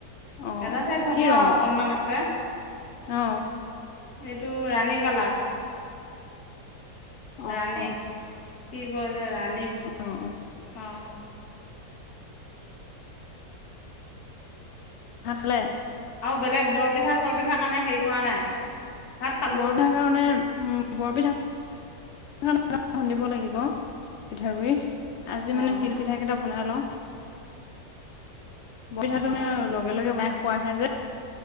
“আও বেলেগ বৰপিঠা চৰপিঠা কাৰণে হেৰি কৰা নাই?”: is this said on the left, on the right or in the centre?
Left